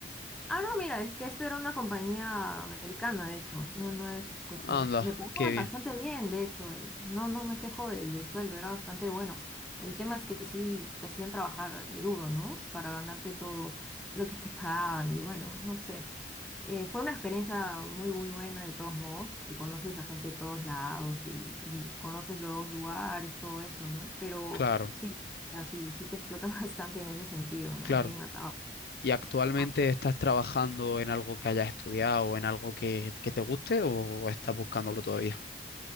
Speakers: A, in the centre; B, on the left (about 60°).
A: Ah, no, mira, es que esto era una compañía americana, de hecho, no, no es cuestión,
B: Anda,
A: me pagaban
B: qué bien.
A: bastante bien, de hecho, eh, no, no me quejo del, del sueldo, era bastante bueno. El tema es que sí te hacían trabajar eh, duro, ¿no? Para ganarte todo lo que te <laughs> pagaban y bueno, no sé. Eh, fue una experiencia muy, muy buena de todos modos, porque conoces a gente de todos lados y, y conoces los lugares, todo eso, ¿no? Pero
B: Claro,
A: sí, así, sí sí te explota <laughs> bastante en ese sentido, ¿no?
B: claro.
A: Es bien atado.
B: ¿Y actualmente
A: Ah,
B: estás trabajando en algo que hayas estudiado o en algo que, que te guste o estás buscándolo todavía?